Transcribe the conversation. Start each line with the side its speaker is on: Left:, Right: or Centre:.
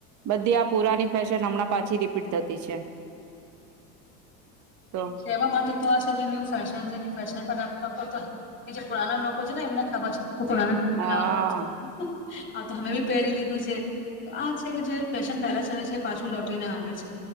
Right: બધ આ પુરાની ફેશન હમણાં પાછી રીપીટ થતી છે તો
Left: કવા માટે તો આ ન ફેશન ફેશનપ તો કે જે પુરા લોકો છે ને એમને ખબર છે <inaudible>
Right: હા
Left: આા તો અમે બી પહેરી લીધું છે તો આ છે કે જે ફેશન પહેલા ચલે છે પાછું લ લોટીને આવે છે